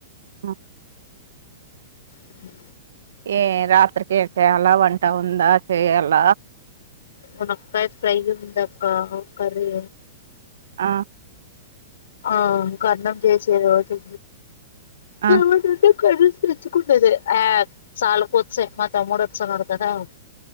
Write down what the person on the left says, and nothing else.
ఉ
మునక్కాయ ఫ్రై ఉందక్క కర్రీ
ఆ కర్ణం చేసేదటి <unintelligible>
క తెచ్చుకోలేదు ఆ చాల పోచ్చా మా తమ్ముడు వస్తున్నాడు కదా <unintelligible>